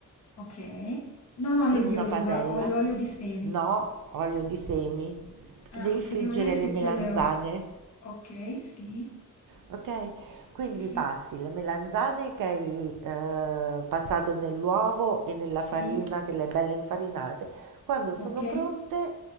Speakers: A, on the left (about 55°); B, on the right (about 80°).
A: okay. Non olio
B: in
A: di
B: una
A: oliva,
B: padella.
A: ho l'olio di semi.
B: No, olio di semi, perché
A: Ah,
B: devi
A: okay,
B: friggere
A: devo vedere se
B: le melanzane,
A: ce le ho. Okay, sì.
B: ok? Quindi
A: Sì, sì,
B: passi le melanzane che hai eh, passato nell'uovo e nella farina,
A: sì,
B: che le hai belle infarinate. Quando sono
A: ok,
B: pronte,